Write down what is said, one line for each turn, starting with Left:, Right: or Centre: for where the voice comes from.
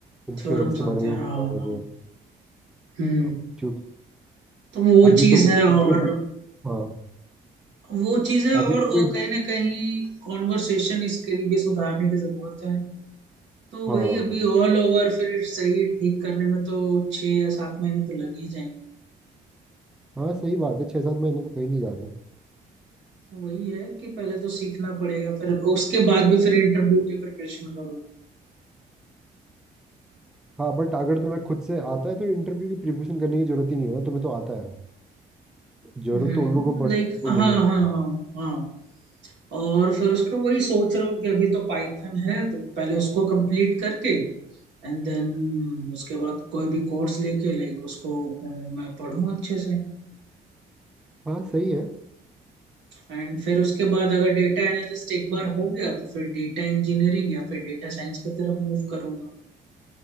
Centre: उन
Right: थ्योरम्स
Centre: थ्योरम्स के बारे
Right: आते
Centre: में
Right: हैं
Centre: भी
Right: हाँ
Centre: पता होना
Right: हाँ
Centre: चाहिए
Right: हम्म
Centre: अब क्योंकि
Right: तो वो
Centre: अभी
Right: चीज
Centre: तुम
Right: है
Centre: क्योंकि
Right: और
Centre: तुम हाँ
Right: वो चीज है
Centre: अभी
Right: और
Centre: तो कोई
Right: वो कहीं ना कहीं कॉन्वर्सेशन स्किल भी सुधारने की जरूरत है तो
Centre: हाँ
Right: वही अभी ऑल ओवर फिर सही ठीक करने में तो छह या सात महीने तो लग ही जाएंगे
Centre: हाँ सही बात है छः सात महीने तो कहीं नहीं जा रहे
Right: तो वही है कि पहले तो सीखना पड़ेगा फिर उसके बाद भी फिर इंटरव्यू की प्रिपरेशन करो
Centre: हाँ बट अगर तुम्हें खुद से आता है तो इंटरव्यू की प्रिपरेशन करने की जरूरत ही नहीं है ना तुम्हें तो आता है जरूरत
Right: हम्म
Centre: तो उन लोगों को पड़ती
Right: लाइक
Centre: है उनको
Right: हाँ
Centre: नहीं आता
Right: हाँ
Centre: है
Right: हाँ हाँ और फिर उसके वही सोच रहा हूँ कि अभी तो पाइथन है तो पहले उसको कंप्लीट करके एंड देन उसके बाद कोई भी कोर्स लेके लाइक उसको अ, मैं पढूं अच्छे से
Centre: हाँ सही है
Right: एंड फिर उसके बाद अगर डेटा एनालिस्ट एक बार हो गया तो फिर डेटा इंजीनियरिंग या फिर डेटा साइंस की तरफ मूव करूंगा